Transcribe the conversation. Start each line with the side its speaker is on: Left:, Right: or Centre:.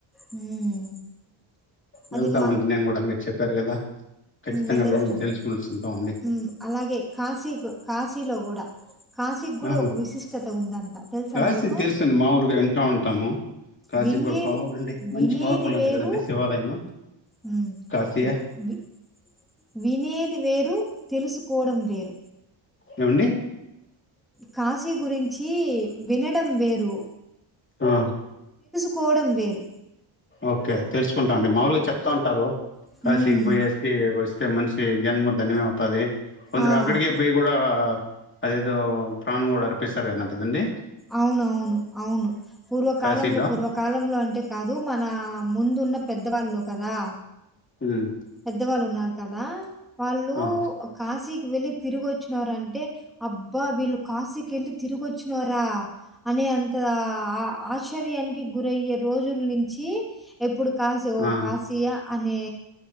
Centre: హ్మ్.
Left: వెళ్తామండి
Centre: అది
Left: నేను కూడా మీరు చెప్పారు కదా ఖచ్చితంగా
Centre: వెళ్ళేసిరండి
Left: వెళ్ళి తెలుసుకుని వచ్చుకుంటామండి
Centre: మ్ అలాగే కాశీకు కాశీలో కూడా కాశీక్ కూడా
Left: ఆ,
Centre: ఒక విశిష్టత ఉందంట తెలుసా
Left: కాశీ
Centre: మీకు
Left: తెలుసండి మామూలుగా వింటా ఉంటాము కాశీ
Centre: వినేది
Left: కూడా పవర్ల్ నా అండి
Centre: వినేది
Left: మంచి పవర్ఫుల్
Centre: వేరు
Left: అంత కదండి శివాలయ
Centre: హ్మ్.
Left: కాశీయ
Centre: చెప్ వి వినేది వేరు తెలుసుకోడం వేరు
Left: ఏమండి
Centre: కాశీ గురించి వినడం వేరు
Left: ఆ
Centre: కోవడం వేరు
Left: ఓకే తెలుసుకుంటామండి మామేలు గా చెప్తా ఉంటారు. కాసికి
Centre: హ్మ్.
Left: బోయి అస్తే వస్ మనిషి జన్మధన్యం అవుతది. కొందరు
Centre: ఆ!
Left: అక్కడికి బోయి కూడా ఆ అదేదో ప్రాణం కూడా అర్పిస్తారు కదంతేదండి
Centre: అవునవును అవును పూర్వకాలంలో
Left: కాశీలో
Centre: పూర్వకాలంలో అంటే కాదు మన ముందు ఉన్న పెద్దవాళ్ళు కదా
Left: ఉమ్,
Centre: పెద్దవాళ్ళు ఉన్నారు. కదా వాళ్ళు
Left: ఆ,
Centre: కాశీక్ వెళ్లి తిరుగొచ్చు వారంటే అబ్ తప్ప వీళ్ళు కాశీకి వెళ్ళి తిరికొచ్చినారా అనే అంత ఆశ్చర్యానికి గురయ్యే రోజుల నుంచి ఇప్పుడు కాశీ ఓ
Left: ఆ,
Centre: కాశీయా అనే